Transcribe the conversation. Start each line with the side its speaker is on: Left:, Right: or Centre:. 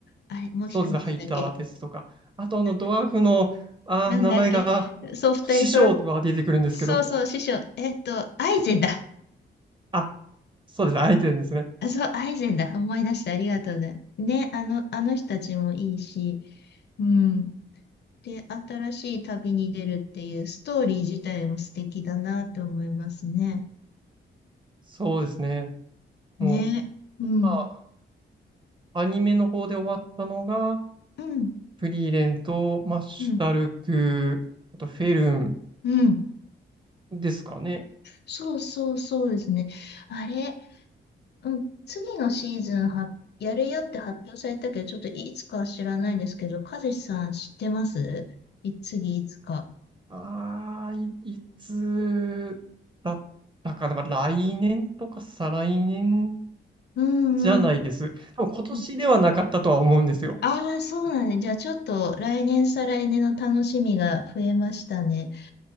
Left: あれ、もう一人なんだっけ、
Right: そうですね。ハイターですとか。あと、あの、
Left: なんだっけ、
Right: ドワーフの、あー、
Left: なんだっけ、
Right: 名前が、
Left: そう、二人揃っ
Right: 師匠は出てくるんですけど。
Left: そうそう、師匠、えっと、アイゼンだ。
Right: あ、そうです。アイデンですね。
Left: あ、そう、アイゼンだ。思い出してありがとうね。ね、あの、あの人たちもいいし、うん。で、新しい旅に出るっていうストーリー自体も素敵だなって思いますね。
Right: そうですね。もう、
Left: ね、うん。
Right: 今、アニメの方で終わったのが、
Left: うん、
Right: フリーレンと、マッシュタルク、
Left: うん、
Right: あと、フェルン
Left: うん。
Right: ですかね。
Left: そうそうそうですね。あれ、うん、次のシーズンはやるよって発表されたけど、ちょっといつかは知らないんですけど、和志さん知ってますい次いつか。
Right: ああい、いつだったかな。まあ、来年とか再来年
Left: うん
Right: じゃないです。多分今年ではなかったとは思うんですよ。
Left: うん。ああ、そうなんね。じゃあちょっと来年再来年の楽しみが増えましたね。